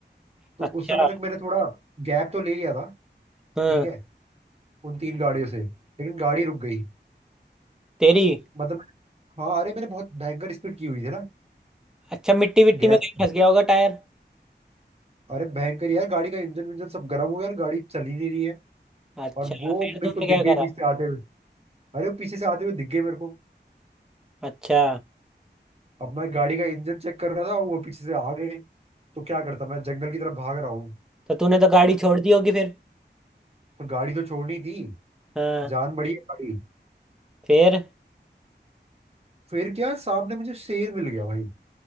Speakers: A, on the right; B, in the centre.
A: तो
B: अच्छा
A: उस समय तक मैंने थोड़ा गैप तो ले लिया था
B: हाँ
A: ठीक है उन तीन गाड़ियों से लेकिन गाड़ी रुक गई
B: तेरी
A: मतलब हाँ अरे मैंने बहुत भयंकर स्पीड की हुई थी ना
B: अच्छा मिट्टी विट्टी
A: गैप
B: में कहीं फंस गया होगा टायर
A: अरे भयंकर यार गाड़ी का इंजन विंजन सब गर्म हो गया और गाड़ी चल ही नहीं रही है
B: अच्छा
A: और वो
B: फिर
A: मेरे
B: तूने
A: को
B: क्या
A: दिख गए
B: करा
A: पीछे से आते हुए अरे वो पीछे से आते हुए दिख गए मेरे को
B: अच्छा
A: अब मैं गाड़ी का इंजन चेक कर रहा था वो पीछे से आ गए तो क्या करता मैं जंगल की तरफ भाग रहा हूँ
B: तो तूने तो गाड़ी छोड़ दी होगी फिर
A: पर गाड़ी तो छोड़नी थी
B: हाँ
A: जान बड़ी है गाड़ी
B: फिर
A: फिर क्या सामने मुझे शेर मिल गया भाई